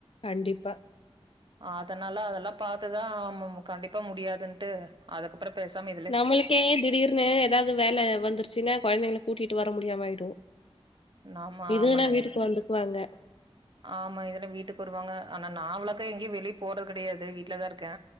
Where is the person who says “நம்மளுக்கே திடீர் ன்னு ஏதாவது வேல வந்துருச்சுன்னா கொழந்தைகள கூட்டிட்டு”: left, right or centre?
Left